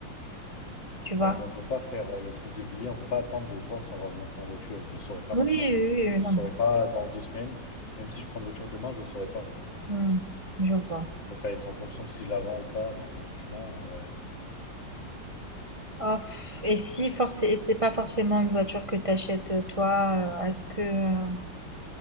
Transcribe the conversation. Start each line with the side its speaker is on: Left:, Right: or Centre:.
Right: tu vois?
Left: Ouais, mais on peut pas faire euh, le truc de billet. On peut pas attendre de voir si on va monter en voiture. Je le saurai pas
Right: Oui,
Left: maintenant.
Right: oui,
Left: Et
Right: oui,
Left: je le
Right: non,
Left: saurai
Right: mais-
Left: pas dans deux semaines. Même si je prends une voiture demain, je le saurai pas.
Right: Hmm, je vois.
Left: Parce que Ça va être en fonction de si je la vends ou pas. Donc, euh, franchement, ouais.
Right: Oh, pff, et si forcé, et c'est pas forcément une voiture que t'achètes euh, toi, euh, est-ce que, euh,